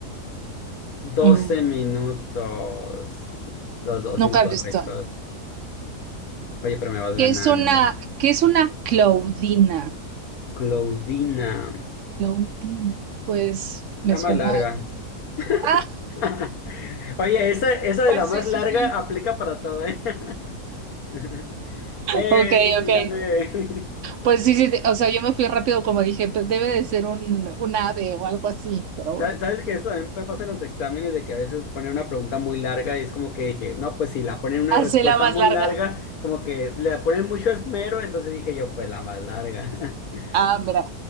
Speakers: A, on the left; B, on the right.
A: Doce
B: Mm,
A: minutos. Los dos
B: nunca
A: incorrectos.
B: he visto.
A: Oye, pero me vas ganando.
B: ¿Qué es una, qué es una Claudina?
A: Claudina,
B: Lo último, pues
A: la
B: me suena.
A: más larga. <laughs>
B: Ah,
A: Oye, esa, esa de
B: pues
A: la más
B: sí, sí,
A: larga
B: sí.
A: aplica para todo, ¿eh? <laughs> ¡Eh!
B: Ok, ok.
A: Gané. <laughs>
B: Pues sí, sí, sí, o sea, yo me fui rápido como dije, pues debe de ser un, un ave o algo así, pero bueno.
A: Sa- ¿Sabes que Esto también me pasa en los exámenes de que a veces ponen una pregunta muy larga y es como que dije, no, pues si la ponen una
B: Hace
A: respuesta
B: la más
A: muy
B: larga.
A: larga, como que le ponen mucho esmero, entonces dije yo, pues la más larga. <laughs>
B: Ah, mira.